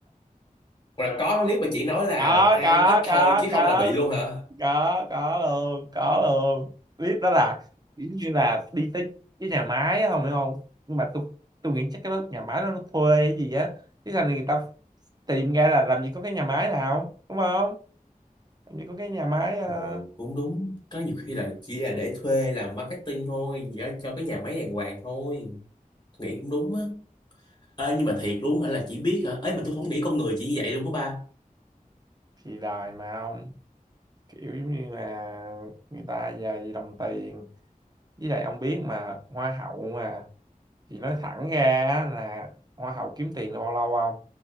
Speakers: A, on the left; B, on the right.
A: hoặc là có clip mà chị nói là
B: có
A: ăn
B: có
A: ít thôi
B: có
A: chứ
B: có
A: không là bị luôn hả
B: có có luôn có luôn clip đó là kiểu như là đi tới cái nhà máy á, không hiểu không nhưng mà tôi tôi nghĩ chắc cái đó nhà máy đó nó thuê hay gì á chứ sao người ta tìm ra là làm gì có cái nhà máy nào đúng không làm gì có cái nhà máy ờ,
A: Ừ, cũng đúng có nhiều khi là chỉ là để thuê làm marketing thôi nhớ cho cái nhà máy đàng hoàng thôi nghĩ cũng đúng á ê nhưng mà thiệt luôn hả là chỉ biết hả ấy mà tôi không nghĩ con người chỉ như vậy luôn đó ba
B: thì đài mà ông kiểu giống như là người ta dày đồng tiền với lại ông biết mà hoa hậu mà thì nói thẳng ra á là hoa hậu kiếm tiền là bao lâu không